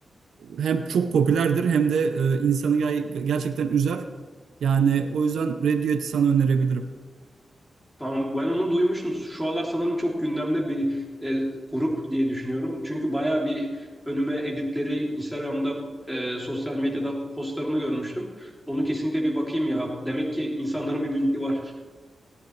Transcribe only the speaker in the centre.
Tamam ben onu duymuştum. Şu aralar sanırım çok gündemde bir e, grup diye düşünüyorum. Çünkü baya bir önüme editleri Instagram'da e, sosyal medyada postlarını görmüştüm. Onu kesinlikle bir bakayım ya. Demek ki insanların bir bildiği var.